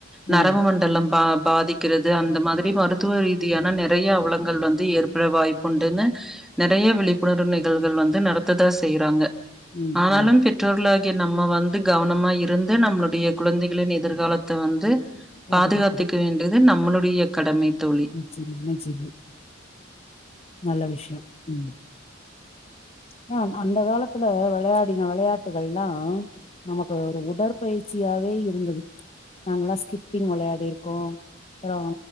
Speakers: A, in the centre; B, on the left.
A: நரம்பு
B: ஆ
A: மண்டலம் பா பாதிக்கிறது அந்த மாதிரி மருத்துவ ரீதியான நெறைய அவலங்கள் வந்து ஏற்பட வாய்ப்புண்டுன்னு நெறைய விழிப்புணர்வு நிகழ்வுகள் வந்து நடத்ததா செய்யறாங்க
B: ம்
A: ஆனாலு
B: ம்
A: பெற்றோர்கள கிய நம்ம வந்து கவனமா இருந்து நம்மளுடைய குழந்தைகளின் எதிர்காலத்த வந்து
B: பாதுகாக்கணு
A: பாதுகாத்துக்க வேண்டியது நம் நம்மளுடைய கடமை தோழி.
B: நிச்சியம் நிச்சியமா நல்ல விஷ்யோ ம் நாம் அந்த காலத்துல விளையாடின விளையா த்துகலில்லா நமக்கு ஒரு உடற்பயிற்சியாவே இருந்தது நாங்கல்லா ஸ்கிப்பிங் விளையாடி இருக்கோ அப்புறோ